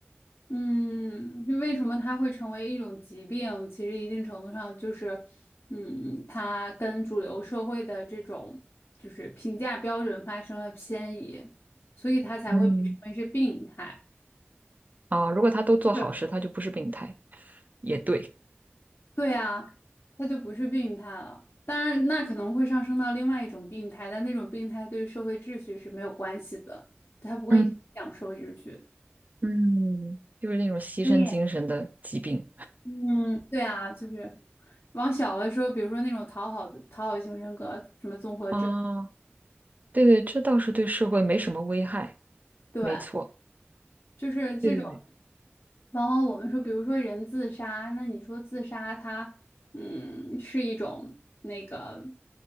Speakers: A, on the left (about 70°); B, on the right (about 40°).
A: 嗯，就为什么它会成为一种疾病？其实一定程度上就是，嗯，它跟主流社会的这种就是评价标准发生了偏移，所以它才会被称为是病态。
B: 嗯，啊，如果他都做好事，
A: 就是，
B: 他就不是病态，也对，
A: 对啊，它就不是病态了。当然，那可能会上升到另外一种病态，但那种病态对于社会秩序是没有关系的，它不会影响社会秩序。
B: 嗯嗯，就是那种牺牲精神的疾病
A: 以。嗯，对啊，就是往小了说，比如说那种讨好的讨好型人格，什么综合症，
B: 啊，对对，这倒是对社会没什么危害，
A: 对，
B: 没错，
A: 就是这种。
B: 对对对，
A: 往往我们说，比如说人自杀，那你说自杀他嗯，是一种那个，